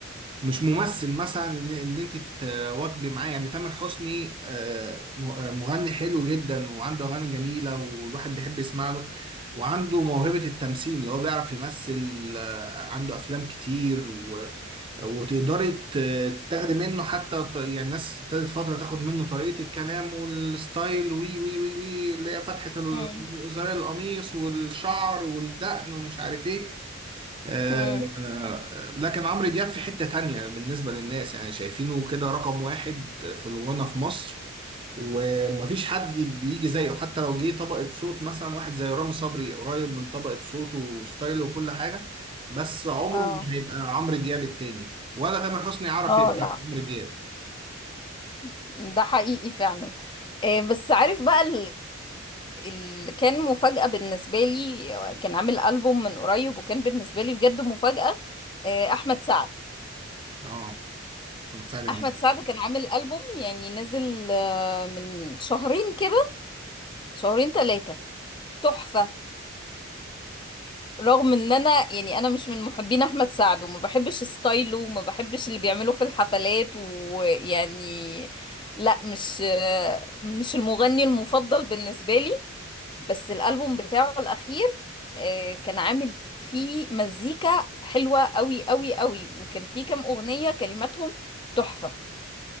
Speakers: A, on the right (about 25°); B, on the left (about 25°).
A: مش ممثل مثلا ان, إن انت تواكبي معاه يعني تامر حسني آه م- مغني حلو جدا وعنده اغاني جميلة والواحد بيحب يسمع له وعنده موهبة التمثيل اللي هو بيعرف يمثل آه، عنده أفلام كتير وتقدري ت- تاخدي منه حتى ط- يعني الناس ابتدت فترة تاخد منه طريقة الكلام والستايل وي وي وي وي اللي هي فتحة ال-
B: مم.
A: زرار القميص والشعر والدقن ومش عارف ايه آه،
B: مم.
A: لكن عمرو دياب في حتة تانية بالنسبة للناس يعني شايفينه كده رقم واحد في الغنى في مصر ومفيش حد بيجي زيه حتى لو جه طبقة صوت مثلا واحد زي رامي صبري قريب من طبقة صوته وستايله وكل حاجة بس عمره
B: اه
A: ما هيبقى عمرو دياب التاني ولا تامر حسني يعرف
B: اه
A: يبقى
B: لا
A: عمرو دياب
B: <clears throat> ده حقيقي فعلا آه، بس عارف بقى ال- اللي كان مفاجأة بالنسبة لي كان عامل ألبوم من قريب وكان بالنسبة لي بجد مفاجأة آه، أحمد سعد
A: اه سعد جمال
B: أحمد سعد كان عامل ألبوم يعني نزل آه، من شهرين كده شهرين ثلاثة تحفة رغم ان انا يعني انا مش من محبين احمد سعد وما بحبش ستايله وما بحبش اللي بيعمله في الحفلات ويعني لا مش مش المغني المفضل بالنسبة لي بس الالبوم بتاعه الاخير آه، كان عامل فيه مزيكا حلوة قوي قوي قوي وكان فيه كام اغنية كلماتهم تحفة